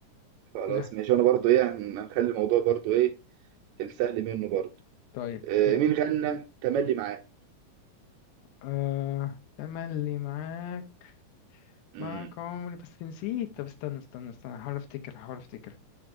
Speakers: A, on the right; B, on the left.
A: خلاص
B: يا
A: ماشي وانا برضو ايه هنخلي الموضوع برضو ايه السهل منه برضو
B: طيب
A: آه،
B: ماشي
A: مين غنى تملي معاه
B: آه تملي معاك
A: امم
B: معاك عمري بس نسيت طب استنى استنى استنى هحاول أفتكر هحاول أفتكر